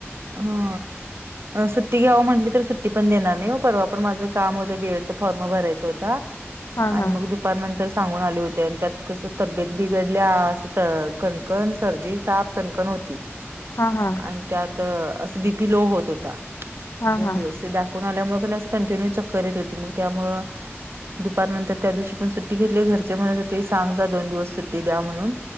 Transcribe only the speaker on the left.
हा
हा
हा हा
हा
हा